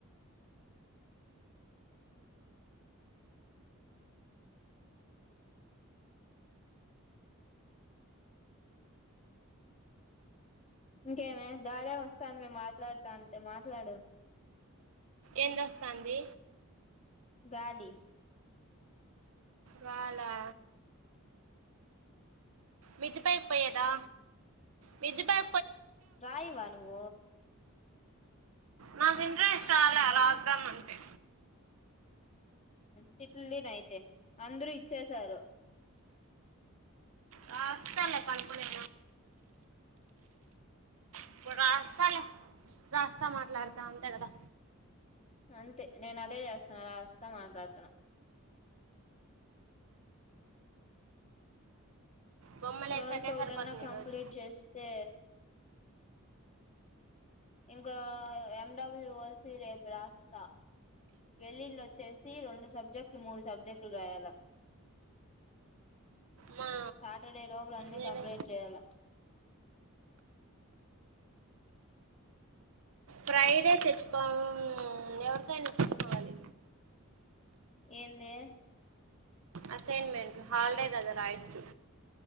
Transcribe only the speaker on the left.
ఇంకేమే గాలె వస్తాను మేము మాట్లాడుతా అంటే మాట్లాడు
గాలి
రయివానువ
రాయ్
తిట్లుతిని అయితే అందరూ ఇచ్చసారు
అంతే నేను అదే చేస్తన్నా రాస్తా మాట్లాడుతున్నా
రాస్
పౌడర్
న కంప్లీట్
చేస్తే ఇంకా ఎండబ్ల్యూఓసి రేపు రాస్తా ఎల్లిళ్ళ వచ్చేసి రెండు సబ్జెక్టులు మూడు సబ్జెక్టులు రాయాల
సాటర్డే లొపలు అన్నిీ
కంప్లీట్ చేయాల
ఏందే